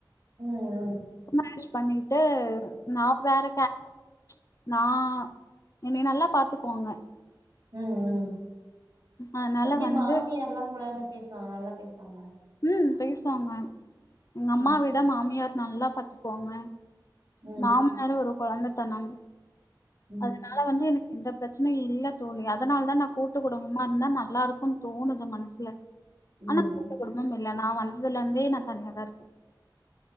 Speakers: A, on the right (about 50°); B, on the left (about 45°).
A: ம் ம்
B: லவ் மேரேஜ் பண்ணிகிட்டு நா வேற கே நா என்னிய நல்லா பாத்துக்குவாங்க
A: ம் ம்
B: அதனால
A: எப்டி
B: வந்து
A: மாமியார்ல்லா உங்களான்ட பேசுவாங்களா நல்லா பேசுவாங்களா
B: ம் பேசுவாங்க எங்க அம்மா
A: ம்
B: விட மாமியார் நல்லா பாத்துக்குவாங்க
A: ம்
B: மாமனாரு ஒரு கொழந்தத்தனம்
A: ம்
B: அதனால ட வந்து எனக்கு எந்த பிரச்னையு இல்ல தோழி அதனால்தா நா கூட்டு குடும்பமா இந்தா நல்லாருக்குன் தோணுது மனசுல.
A: ம்.
B: ஆனா கூட்டு குடும்பம் இல்ல நா வந்ததுலந்தே நா தனியாதாருக்கே.